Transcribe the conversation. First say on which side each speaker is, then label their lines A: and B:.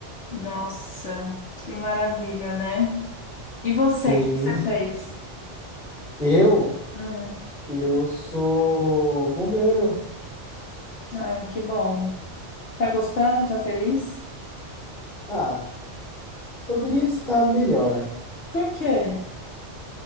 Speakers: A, on the left; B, on the left.
A: Nossa, que maravilha, né? E você,
B: Sim,
A: o que que você fez?
B: eu,
A: Hum,
B: eu sou bombeiro.
A: ai, que bom. Tá gostando? Tá feliz?
B: Ah, poderia estar melhor.
A: Por quê?